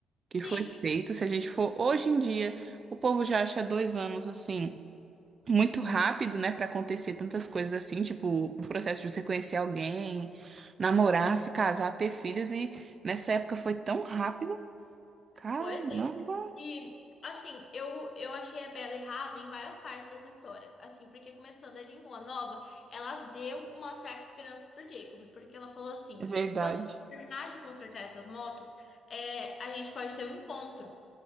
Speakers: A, on the left; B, on the right.
A: Sim,
B: Que foi feito. Se a gente for hoje em dia, o povo já acha dois anos assim, muito rápido, né? Para acontecer tantas coisas assim, tipo o processo de você conhecer alguém, namorar, se casar, ter filhos, e nessa época foi tão rápido. Caramba!
A: pois é. E, assim, eu, eu achei a Bella errada em várias partes dessa história. Assim, porque começando ali em Lua Nova, ela deu uma certa esperança pro Jacob, porque ela falou assim:
B: É verdade.
A: quando a gente terminar de consertar essas motos, é, a gente pode ter um encontro.